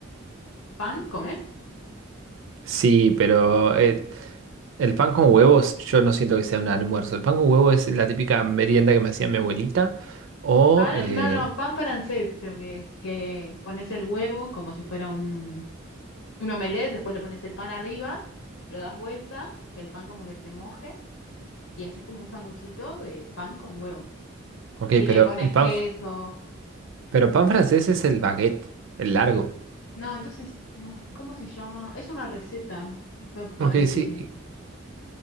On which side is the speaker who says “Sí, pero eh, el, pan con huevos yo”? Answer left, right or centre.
Right